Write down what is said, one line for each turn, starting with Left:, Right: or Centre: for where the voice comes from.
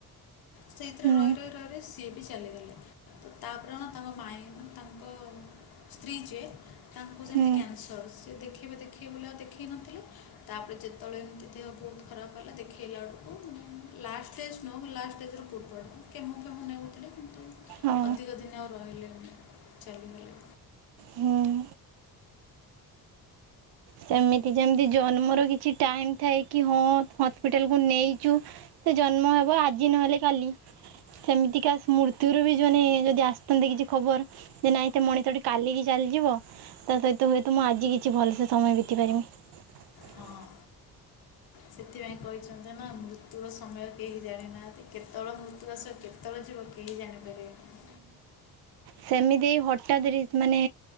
Left: ସେଇଥିରେ
Right: ହୁଁ
Left: ରହି ରହି ରହି ରହି ସିଏ ବି ଚାଲିଗଲେ। ତ ତାପରେ କଣ ତାଙ୍କ ମାଇଁ ମାନେ ତାଙ୍କ ସ୍ତ୍ରୀ ଯିଏ ତାଙ୍କୁ ସେ
Right: ହୁଁ
Left: ମିତି କ୍ୟାନସର ସିଏ ଦେଖେଇବେ ଦେଖେଇବେ ବୋଲି ଆଉ ଦେଖେଇ ନଥିଲେ ତାପରେ ଯେ ଯେତେବେଳେ ଏମିତି ବହୁତ ଖରାପ ହେଲା ଦେଖେଇଲା ଆଡ଼କୁ ଲାଷ୍ଟେଜ୍ ନୁହୁଁ ଲାଷ୍ଟ ଷ୍ଟେଜ୍ର ପୂର୍ବଟା। କେମ ଫେମ ନେଉଥିଲେ କିନ୍ତୁ
Right: ହଁ
Left: ଅଧିକ ଦିନ ଆଉ ରହିଲେନି ଚାଲିଗଲେ।
Right: ହୁଁ। ସେମିତି ଯେମିତି ଜନ୍ମର କିଛି ଟାଇମ ଥାଏ କି ହଁ ହସ୍ପିଟାଲ କୁ ନେଇଚୁ ସେ ଜନ୍ମ ହବ ଆଜି ନହେଲେ କାଲି। ସେମିତିକା ମୃତ୍ୟୁର ବି ଜଣେ ଯଦି ଆସିଥାନ୍ତି କିଛି ଖବର ଯେ ନାଇଁ ସେ ମଣିିତଟି କାଲିକି ଚାଲି ଯିବ କହନ୍ତେ ତୁ ହୁଏତ ମୁଁ ଆଜି କିଛି ଭଲସେ ସମୟ ବିତେଇ ପାରିବି।
Left: ହଁ ସେଥିପାଇଁ କହିଛନ୍ତି ନା ମୃତ୍ୟୁର ସମୟ କେହି ଜାଣିନାହାନ୍ତି କେତେବେଳେ ମୃତ୍ୟୁ ଆସିବ କେତେବେଳେ ଯିବ କେହି ଜାଣିପାରିବେନି।
Right: ସେମିତି ଏଇ ହଠାତ୍ ମାନେ